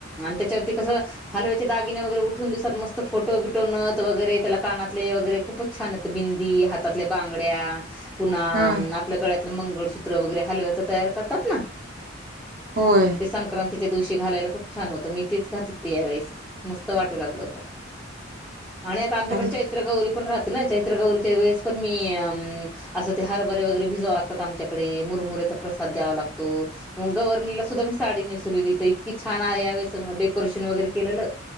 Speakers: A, in the centre; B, on the right.
A: त्याच्यावरती कसं हलव्याचे दगिने वगैरे उठून दिसात मस्त फोटो बिटो नत वगैरे त्याला कानातले वगैरे खूपच छान बिंदी हातातल्या बांगड्या पुन्हा
B: हा
A: आपल्या गळ्या मंगसत्र वरे हल तयार करतात
B: होय
A: संक्रां च्या दिवशी घालायला खूप छान होतं मी तेच घातलं यावेेळेस मस्त वाटू लागल होत आणि आता आमच्याकडे
B: कारण
A: चैत्र गौरी पण राहते ना चैत्रगौरीच्या वेळेस पण मी अ असं ते हरभरे वगैरे भिजाव लागतात आमच्याकडे मुरमुऱ्याचा प्रसाद द्यावा लागतो गव्हर्नीला सुद्धा मी साडी नेसवलेली ताई इतकी छान आहे ह्यावेळेस म डेकोरेशन वगैरे केलेलं